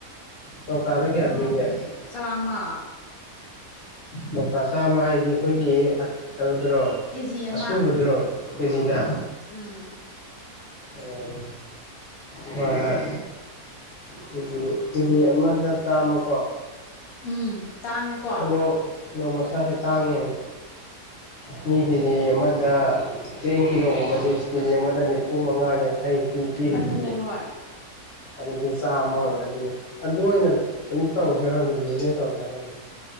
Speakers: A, on the left; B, on the left.
A: ꯀꯧꯇꯥꯗ ꯀꯌꯥ
B: ꯆꯛꯆꯥꯎꯗꯤ‌
A: ꯄꯤꯒꯦ
B: ꯆꯥꯝꯃ
A: ꯀꫭꯛꯇ ꯆꯥꯝꯃ ꯍꯥꯏꯗꯤ ꯑꯩꯈꯣꯏꯒꯤ ꯀꯩꯅꯣꯗꯨꯔꯣ
B: ꯀꯦꯖꯤ ꯑꯃ
A: ꯑꯁꯨꯨꯕꯗꯨꯔꯣ ꯀꯦꯖꯤꯗ
B: ꯎꯝ
A: ꯎꯝ ꯍꯣꯏ ꯍꯣꯏ ꯀꯦꯖꯤ ꯀꯦꯖꯤ ꯑꯃꯗ ꯆꯥꯝꯃꯀꯣ
B: ꯎꯝ ꯇꯥꯡꯉꯦꯀꯣ
A: ꯅꯣꯡ ꯅꯣꯡꯃ ꯆꯥꯁꯦ ꯇꯥꯡꯉꯦꯕ ꯃꯤ ꯀꯦꯖꯤ ꯑꯃꯗ ꯆꯦꯡ ꯀꯤꯂꯣꯒꯨꯝꯕꯗꯤ ꯀꯦꯖꯤ ꯑꯃꯗ ꯅꯤꯐꯨ ꯃꯉꯥ ꯌꯥꯡꯈꯩ ꯄꯤ ꯄꯔꯤꯁꯤꯗꯤ
B: ꯑꯗꯨꯅꯦ ꯍꯣꯏ
A: ꯑꯗꯨꯁꯨ ꯆꯥꯝꯃ ꯑꯗꯨ ꯑꯣꯏꯅ ꯀꯩꯅꯣ ꯇꯧꯔꯁꯤꯔ ꯈꯪꯗꯦ ꯕꯤꯖꯤꯅꯦꯁ ꯇꯧꯔꯁꯤꯔ ꯈꯪꯗꯦ